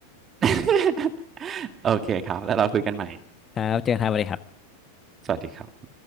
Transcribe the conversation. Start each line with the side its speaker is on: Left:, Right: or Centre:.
Right: <laughs> โอเคครับแล้วเราคุยกันใหม่
Left: ครับเจอกันครับสวัสดีครับ
Right: สวัสดีครับ